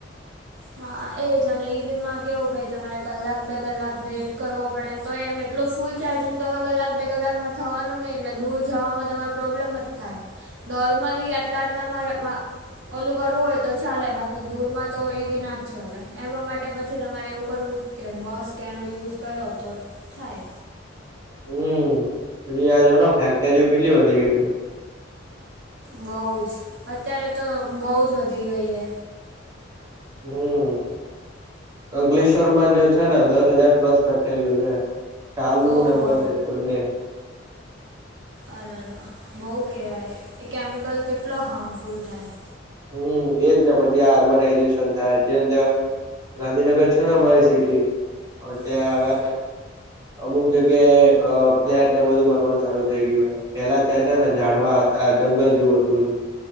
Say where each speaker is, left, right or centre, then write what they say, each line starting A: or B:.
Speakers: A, on the right (about 65°); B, on the right (about 20°).
A: હા એજ અને ઈવી માં કેવું ભાઈ તમારે કલાક બે કલાક વેટ કરવો પડે ન. તો એમ એટલો ફૂલ ચાર્જિંગ તો હવે કલાક બે કલાકમાં થવાનું નહી એટલે દૂર જવામાં તમારે પ્રોબ્લેમ જ થાય. નોર્મલી આટલા આટલા મારે ઓલું કરવું હોય તો ચાલે બાકી દૂરમાં તો ઈ વિના જ ચાલે એમાં માટે પછી તમારે એવું કરવું કે બસ કે એનો યુઝ કર્યો તો. થાય.
B: હમ્મ, પછી આ જો ફેક્ટરીઓ કેટલી વધી ગઈ છે.
A: બહું જ, અત્યારે તો બહુ જ વધી ગઈ હે.
B: હમ્મ. અંકલેશ્વર માં જે છે ને દસ હજાર પ્લસ ફેક્ટરીઓ છે. ચાલુ
A: ઓહો
B: ને બંધ બંને.
A: અરર, બહુ કહેવાય એ કેમિકલ કેટલો હાર્મફુલ થાય.
B: હમ્મ એજ ને પછી આ અર્બનાઈઝેશન થાય, જેમ તો ગાંધીનગર છે ને અમારી સિટી, હા ત્યાં
A: હમ
B: હવે અમુક જગ્યાએ અ ફ્લેટ ને બધું બનવાનું ચાલુ થઇ ગયું હે. પેહલા ત્યાં છે ને ઝાડવા હતા જંગલ જેવું હધું બધું